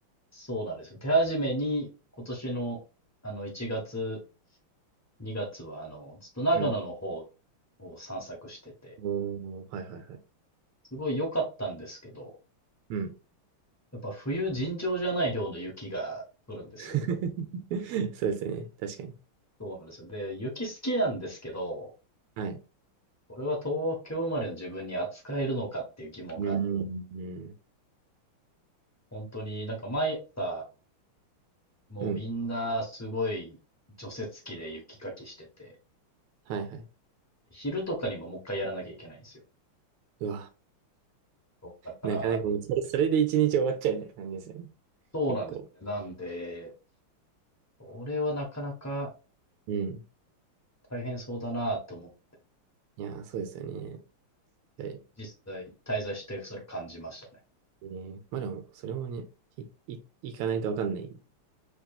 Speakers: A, on the left; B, on the right.
A: そうなんですよ。手始めに今年のあの1月、2月はあの、ずっと長野の方
B: うん。
A: を散策してて、
B: おお、はいはいはい。
A: すごい良かったんですけど、
B: うん。
A: やっぱ冬尋常じゃない量の雪が降るんですよ。
B: <laughs> そうですよね。確かに。
A: そうなんですよ。で、雪好きなんですけど、
B: はい。
A: これは東京生まれの自分に扱えるのかっていう疑問が、
B: うん、うん、うん。
A: 本当になんか毎朝もうみんなすごい除雪機で雪かきしてて、
B: うんはいはい。
A: 昼とかにももう一回やらなきゃいけないんですよ。
B: うわ。
A: そう、だから、
B: なかなかもうそれ、それで一日終わっちゃうみたいな感じですよね。
A: そうなんですよね。
B: 結構。
A: なんで、それはなかなか
B: うん。
A: 大変そうだなと思って
B: いやー、そうですよね。はい。
A: 実際滞在してそれ感じましたね。
B: えー、まあでも、それもね、い、い、行かないとわかんない。